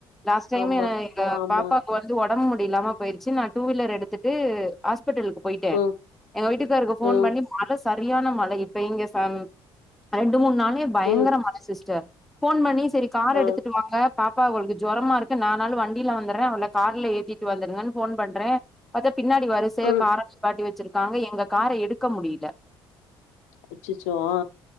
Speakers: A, in the centre; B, on the left.
A: லாஸ்ட் டைம்
B: ஆமா
A: எங்க
B: ஆமா
A: பாப்பாக்கு வந்து உட ம் முடியில்லாம போயிருச்சு நாட் டூ வீலர் எடுத்துட்டு ஹாஸ் பிடலுக்கு போயிட்டே
B: ம்
A: எங்க வீட்டுக்காருக்கு ஃபோன்
B: ம்
A: பண்ணி மலஸ் சரியான மழை இப்ப இங்க செம் ரெண்டு மூணு நாளே பயங்கரமான
B: ம்
A: மழ சிஸ்டர் ஃபோன் பண்ணி செரி காரு
B: ஆ
A: எடுத்துட்டு வாங்க பாப்பா அவளுக்கு ஜொரமா இருக்கு நானாலு வண்டியில வந்தற அவள கார்ல ஏத்திட்டு வந்துறங்கன் ஃபோன் பண்ற பாத்தா பின்னாடி வரிசையா
B: ம்
A: கார நிப்பாட்டி வச் சிருக்காங்க எங்க கார எடுக்க முடியில
B: அச்சச்சோ ஆ